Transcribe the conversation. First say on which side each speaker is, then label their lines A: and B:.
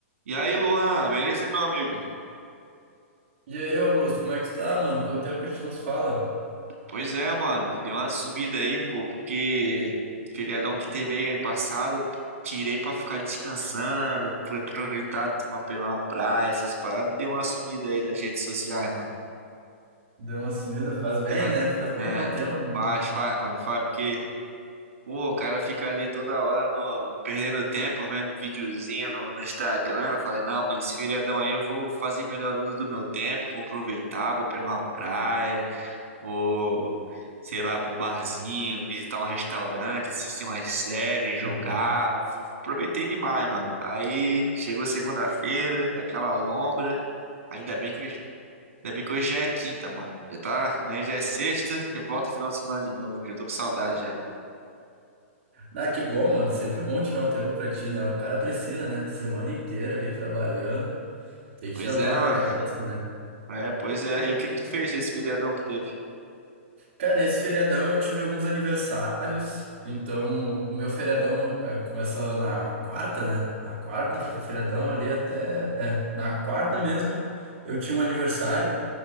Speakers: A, on the right; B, on the right.
A: E aí, Luan, beleza, meu amigo?
B: E aí, Augusto, como é que tu tá, mano? Quanto tempo que a gente não se fala?
A: Pois é, mano, dei uma sumida aí, pô, porque feriadão que teve aí passado, tirei pra ficar descansando, fui aproveitar, tomar pegar uma praia, essas paradas, dei uma sumida aí das redes sociais, mano.
B: Deu uma sumida, faz bem,
A: Dei uma-
B: né? Faz bem
A: É,
B: dar um tempo, né?
A: faz, faz, mano, faz, porque, pô, o cara fica ali toda hora no, perdendo tempo, vendo videozinho no, no Instagram. Eu Falei, não, mano, esse feriadão aí eu vou fazer melhor uso do meu tempo, vou aproveitar, vou pegar uma praia. Vou, sei lá, pra um barzinho, visitar um restaurante, assistir umas séries, jogar.
B: <laughs>
A: Fu- Aproveitei demais, mano. Aí chegou segunda-feira, daquela lombra. Ainda bem que hoje, ainda bem que hoje já é quinta, mano. Já tá, amanhã já é sexta, e volta final de semana de novo. Já tô com saudade já.
B: Ah, que bom, mano. Sempre bom tirar um tempo pra ti, né? O cara precisa, né? Semana inteira ali trabalhando. Tem que
A: Pois
B: tirar um
A: é,
B: tempo
A: mano.
B: pra cabeça, né?
A: É, pois é. E o que que tu fez nesse feriadão que teve? <laughs>
B: Cara, esse feriadão eu tive alguns aniversários. Então, o o meu feriadão eh, começa na quarta, né? Na quarta, foi o feriadão ali até. É, na quarta mesmo eu tinha um aniversário.